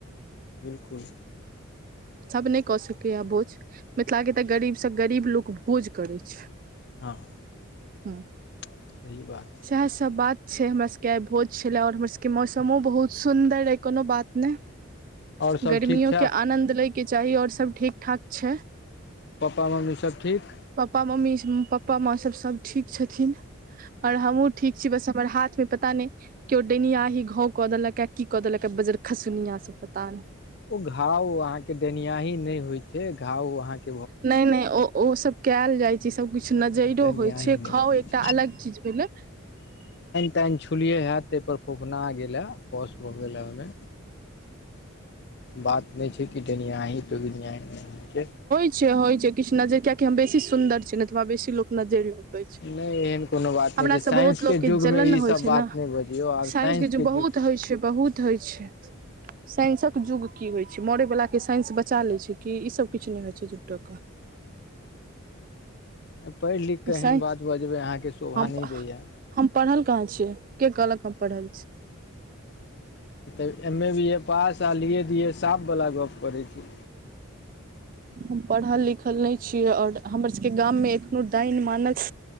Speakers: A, on the left (about 50°); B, on the right (about 40°).
A: बिल्कूल।
B: सभ नहि कऽ सकैएा भोज मिथिलाे तऽ गरीब सँ गरीब लोक भोज करैत छै।
A: हँ।
B: ह्म
A: सही बात। छै
B: सएह सभ बात छै, हमरा सभके आइ भोज छले और हमर सभके मौसमो बहुत सुन्दर रहे कोनो बात ने।
A: आओर सब
B: गर्मियो
A: ठीक छैथ
B: के आनन्द लैके चाही आओर सभ ठीक ठाक छै।
A: पप्पा मम्मी सभ ठीक।
B: पप्पा मम्मी, पप्पा माँ सभ सभ ठीक छथिन। और, हमहुँ ठीक छी बस हमर हाथमे पता नहि के्यो डैनियाही घावकऽ देलक की क देलक है बजर खसुनिया सभ पता नहि।
A: ओ घाव अहाँकेँ डनियाही नहि होइ छै, घाव अहाँकेँ
B: नहि नहि ओ ओ सभ। कयल जाइ छै, सभ किछु
A: नहि
B: नजरो
A: नहि डेनियाही
B: होइ छै,
A: नहि
B: खाउ
A: होइ
B: एकटा
A: छै,
B: अलग चीज भेलै।
A: तैन छुलिये हयैत तहिप फोफना गेल है। पस भऽ गेल ओमे बात। नहि छै, कि डेनयाही जोगीनाहि छै।
B: होय छै, किछ नजर कियाकि हम बेसी सुंन्दर छै ने तऽ हमरा बेसी लोग नजेर लगबे।
A: नहि एहन कोनो बात
B: हमरा
A: नहि छै
B: सभ
A: साइंसके
B: बहुत लोक के
A: युगमे
B: जलन
A: ईसभ
B: होइ छै,
A: बात
B: ने
A: नहि बजियौ आब
B: साइंसके बहुत
A: युग
B: होइ छै बहुत होइ छै साइंसक युग की होइ छै मरे वला। साइंस बचा ले छै, कि ई सभ किछु नहि होइ छै जुटोके।
A: पढ़ि लिख कऽ एहन
B: साइ
A: बात बजबै अहाँकेँ शोभा
B: हम
A: नहि दैय।
B: हम पढ़ल कहाँ छियै, के कहलक हम पढ़ल छी।
A: तऽ एमए, बीए पास आ लऽ दिअ। साफ-साफ गप करै छी।
B: हम पढ़ल लिखल नहि छियै, ओर हमर सभके गाम मे एखनो डाइन मानस